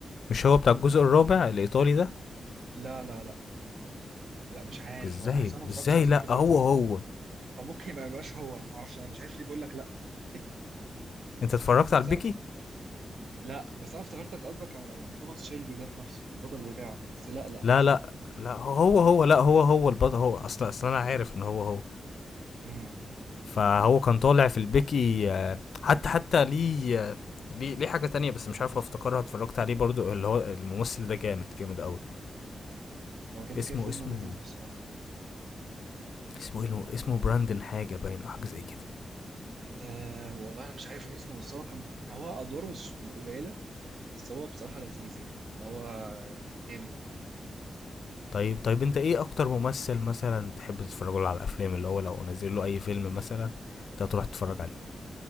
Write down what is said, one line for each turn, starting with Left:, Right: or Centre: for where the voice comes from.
Left: مش هو بتاع الجزء الرابع الايطالي ده
Right: لا لا لا لا مش عارف
Left: ازاي
Right: والله اصل انا ما اتفرجتش
Left: ازاي
Right: على
Left: لا
Right: بيكي بلاندرز
Left: هو هو
Right: فم- فممكن ما يبقاش هو انا ما اعرفش انا مش عارف ليه بقول لك لا <laughs>
Left: انت اتفرجت
Right: بس
Left: على البيكي
Right: أنا- لا بس انا افتكرتك قصدك على توماس شيلبي ذات نفسه البطل بتاعه بس لا لا
Left: لا لا لا هو هو هو لا هو هو البطل هو اصلا اصلا انا عارف ان هو هو
Right: امم
Left: فهو كان طالع في البيكي آه، حتى حتى ليه آه، ليه ليه حاجه تانية بس مش عارف افتكرها اتفرجت عليه برضو اللي هو الممثل ده جامد جامد قوي
Right: هو كده
Left: اسمه
Right: كده فيلم
Left: اسمه
Right: لذيذ بصراحة
Left: اسمه اسمه, اسمه براندن حاجه باين او حاجه زي كده
Right: أه والله أنا مش عارف اسمه بس هو كان يعني هو أدواره مش قليلة بس هو بصراحة لذيذ يعني اللي هو جامد
Left: طيب طيب انت ايه اكتر ممثل مثلا تحب تتفرج له على الافلام اللي هو لو نزل له اي فيلم مثلا انت هتروح تتفرج عليه